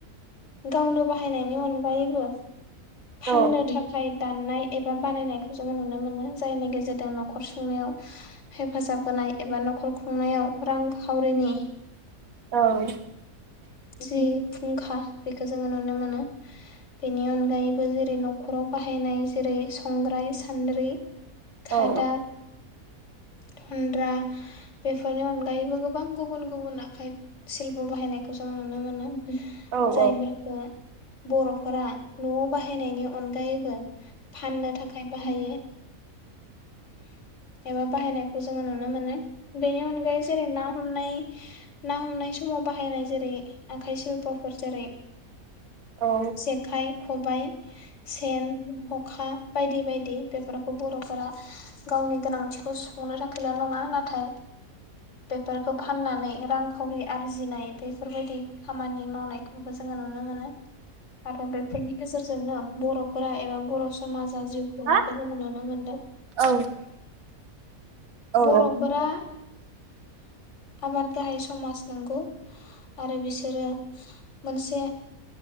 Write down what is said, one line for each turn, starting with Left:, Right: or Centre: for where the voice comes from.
Left: गावनो बाहायनायनि अनगायैबो
Right: औ
Left: फाननो थाखाय दाननाय एबा बानायनायखौ जोंङो नुनो मोनो जायनि गेजेरदों नखर सुंनायाव हेफाजाब होनाय एबा नखर खुंनायाव रांखावरिनि
Right: औ।
Left: जि फुंखा बेखौ जोङो नुनो मोनो। बेनि अनगायैबो जेरै न'खराव बाहायनाय जेरै संग्राय सान्द्रि खादा
Right: औ
Left: थन्द्रा बेफोरनि अनगायैबो गोबां गुबुन गुबुन आखाइ सिल्प' बाहायनायखौ जों नुनो मोनो।
Right: औ औ
Left: जायफोरखो बर'फोरा न'आव‌ बाहाय बाहायनायनि अनगायैबो फाननो थाखाय बाहायो। एबा बाहायनायखौ जोङो नुनो मोनो। बेनि अनगायै जेरै ना हमनाय ना हमनाय समाव बाहायनाय जेरै आखाइ सिल्प'फोर जेरै
Right: औ
Left: जेखाइ, खबाय, सेन, हखा बायदि बायदि बेफोरखौ बर'फोरा गावनि गोनांथिखौ सुफुंनो थाखायल' नङा नाथाय बेफोरखौ फाननानै रांखावरि आरजिनाय बेफोरबायदि खामानि मावनायखौ जोङो नुनो मोनो आरो बेफोरनि गेजेरजोंनो बर'फोरा एबा बर' समाजा जिउ खुंनायखौ
Right: हा
Left: जोङो नुनो मोनदों।
Right: औ औ
Left: बर'फोरा आबाद गाहाय समाज नोंगौ आरो बिसोरो मोनसे